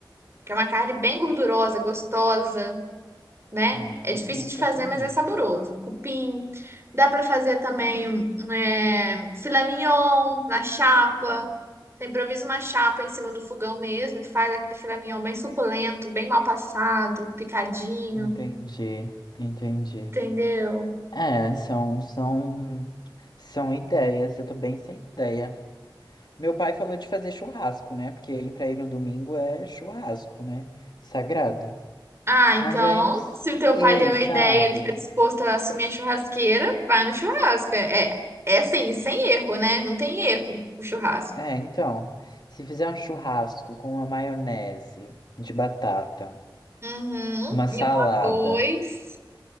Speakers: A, on the right (about 30°); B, on the left (about 60°).
A: que é uma carne bem gordurosa, gostosa né?
B: Hum,
A: É difícil
B: nunca
A: de fazer,
B: comi.
A: mas é saboroso. Cupim. Dá para fazer também um, é, filé mignon na chapa. Você improvisa uma chapa em cima do fogão mesmo, faz aquele filé mignon bem suculento, bem mal passado, picadinho,
B: Entendi, entendi.
A: entendeu?
B: É, são, são, são ideias. Eu tô bem sem ideia. Meu pai falou de fazer churrasco, né? Porque ele, pra ele, no domingo é churrasco, né? Sagrado.
A: Ah, então,
B: Mas aí não sei,
A: se o teu pai deu
B: sabe?
A: a ideia, ele está disposto a assumir a churrasqueira, vai no churrasco. É, é é assim, sem erro, né? Não tem erro o churrasco.
B: É, então, se fizer um churrasco com uma maionese de batata,
A: Uhum.
B: uma salada.
A: E um arroz.